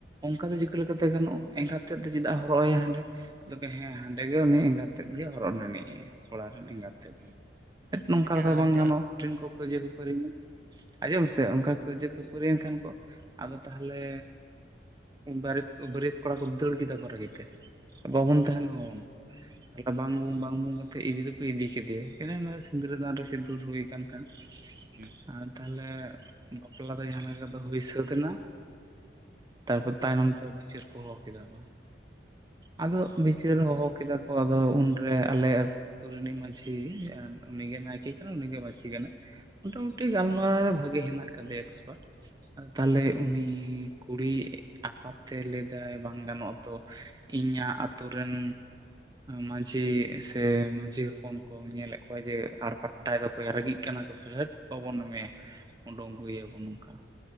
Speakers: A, on the right; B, on the right.
A: ᱚᱱᱠᱟ ᱫᱚ ᱪᱤᱠᱟᱹ ᱞᱮᱠᱟᱛᱮ ᱜᱟᱱᱚᱜᱼᱟ ᱮᱸᱜᱟᱛ ᱛᱮᱫ ᱫᱚ ᱪᱮᱫᱟᱜ ᱮ ᱦᱚᱨᱚᱜ ᱟᱭᱟ ᱦᱟᱸᱰᱮ <unintelligible> ᱦᱮᱸ ᱦᱟᱸᱰᱮ ᱜᱮ ᱩᱱᱤ ᱮᱸᱜᱟᱛ ᱛᱮᱛ ᱜᱮ ᱦᱚᱨᱚᱜ ᱢᱮᱱᱮᱜᱼᱟᱭ ᱠᱚᱲᱟᱨ ᱨᱮᱱ ᱮᱸᱜᱟᱛ
B: ᱦᱩᱸ
A: ᱱᱚᱝᱠᱟ
B: ᱟᱪᱪᱷᱟ
A: ᱞᱮᱠᱟ
B: ᱟᱨ
A: ᱵᱟᱝ
B: ᱢᱤᱫᱴᱟᱝ
A: ᱜᱟᱱᱚᱜ-ᱟ ᱠᱩᱴᱷᱤᱱ ᱠᱚ ᱠᱟᱹᱭᱡᱟᱹ ᱠᱷᱟᱹᱯᱟᱹᱨᱤ ᱮᱱᱟ ᱟᱸᱡᱚᱢ ᱢᱮ ᱥᱮ ᱚᱱᱠᱟ ᱠᱟᱹᱭᱡᱟᱹ ᱠᱷᱟᱹᱯᱟᱹᱨᱤ ᱮᱱ ᱠᱷᱟᱱ ᱠᱚ ᱟᱫᱚ ᱛᱟᱦᱚᱞᱮ ᱵᱟᱹᱨᱮᱛ ᱵᱟᱹᱨᱭᱟᱹᱛ ᱠᱚᱲᱟ ᱠᱚ ᱫᱟᱹᱲ ᱠᱮᱫᱟ ᱠᱚ ᱨᱟᱹᱜᱤ ᱛᱮ ᱵᱟᱵᱚᱱ ᱛᱟᱦᱮᱱᱟ ᱟᱵᱚᱱ ᱛᱟᱦᱚᱞᱮ ᱵᱷᱟᱝ ᱵᱷᱩᱝ ᱵᱩ ᱠᱟᱛᱮᱫ ᱤᱫᱤ ᱫᱚ ᱠᱚ ᱤᱫᱤ ᱠᱮᱫᱮᱭᱟ ᱥᱤᱸᱫᱽᱨᱟᱹ ᱫᱟᱱ ᱨᱮ ᱥᱫᱩᱨ ᱦᱩᱭ ᱠᱟᱱ ᱠᱷᱟᱱ ᱟᱪᱪᱷᱟ <inaudible>
B: ᱦᱩᱸ
A: ᱟᱨ ᱛᱟᱦᱚᱞᱮ ᱵᱟᱯᱞᱟ ᱫᱚ ᱡᱟᱦᱟᱸ ᱞᱮᱠᱟ ᱠᱟᱛᱮ ᱦᱩᱭ ᱥᱟᱹᱛ ᱮᱱᱟ ᱛᱟᱨᱯᱚᱨ ᱛᱟᱭᱱᱚᱢ ᱛᱮ ᱵᱤᱪᱟᱹᱨ ᱠᱚ ᱦᱚᱦᱚ ᱠᱮᱫᱟ ᱠᱚ ᱟᱫᱚ ᱵᱤᱪᱟᱹᱨ ᱦᱚᱦᱚ ᱠᱮᱫᱟ ᱠᱚ ᱟᱫᱚ ᱩᱱᱨᱮ ᱟᱞᱮ ᱟᱛᱳ ᱨᱤᱱᱤᱡ ᱢᱟᱺᱡᱷᱤ ᱩᱱᱤᱜᱮ ᱱᱟᱭᱠᱮ ᱠᱟᱱᱟ ᱩᱱᱤᱜᱮ ᱢᱪᱷᱤ ᱠᱟᱱᱟᱭ ᱢᱚᱴᱟ ᱢᱩᱴᱤ ᱜᱟᱞᱢᱟᱨᱟᱣ ᱨᱮ ᱵᱷᱟᱜᱮ ᱦᱮᱱᱟᱜ ᱟᱠᱟᱫᱮᱭᱟ ᱮᱠᱥᱯᱟᱨᱴ ᱛᱟᱦᱚᱞᱮ ᱩᱱᱤ ᱠᱩᱲᱤ ᱟᱯᱟᱛ ᱛᱮᱫ ᱞᱟᱹᱭᱫᱟᱭ ᱵᱟᱝ ᱜᱟᱱᱚᱜ-ᱟ ᱛᱚ ᱤᱧᱟᱹᱜ ᱟᱛᱳ ᱨᱮᱱ ᱢᱟᱟᱹᱡᱷᱤ ᱥᱮ ᱢᱟᱹᱡᱷᱤ ᱦᱚᱯᱚᱱ ᱠᱚ ᱧᱮᱞᱮᱫ ᱠᱚᱣᱟ ᱡᱮ ᱟᱲ ᱯᱷᱟᱴᱟᱭ ᱫᱚᱠᱚ ᱭᱟ ᱨᱟᱸᱜᱤᱜ ᱠᱟᱱᱟ ᱠᱚ ᱥᱟ ᱦᱟᱹᱴ ᱦᱚᱵᱚᱱ ᱮᱢᱮᱭᱟ ᱩᱰᱩᱝ ᱟᱹᱜᱩᱭ ᱟᱵᱚᱱ ᱱᱚᱝᱠᱟ